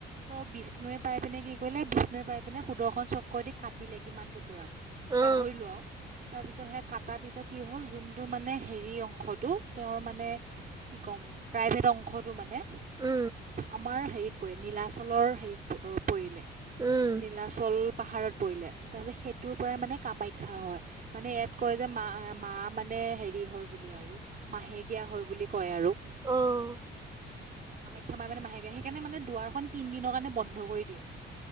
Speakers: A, on the right (about 45°); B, on the right (about 20°).
A: ত বিষ্ণুৱে পাই পিনে কি কৰিলে বিষ্ণুৱে পাই পিনে। সুদৰ্শন চক্ৰদি কাটিলে কিমান। কুকুৰাত পাহৰি
B: অ
A: লো আও। তাৰপিছত সে কটাৰ পিছত কি হ'ল যোনটো মানে হেৰি অংশটো তেওঁৰ মানে কি ক'ম প্ৰাইভেট অংশ। মানে
B: উম
A: আমাৰ হেৰি। পৰি নীলাচলৰ হেৰিত পৰিলে।
B: উম
A: নীলাচল পাহাৰত পৰিলে তাৰ পিছত সেইটো পৰা কামেখ্যা হয়, মানে এইয়াত কয় যে মা মানে সেৰি হয়। বুলি আৰু মাহেকীয়াা হয় বুলি। কয় আৰু।
B: অহ।
A: অ কামাখ্যা মাৰ মানে মাহেকে সেইকাৰণে মানে দুৱাৰখন তিন দিনৰ কাৰণে বন্ধ কৰি দিয়ে।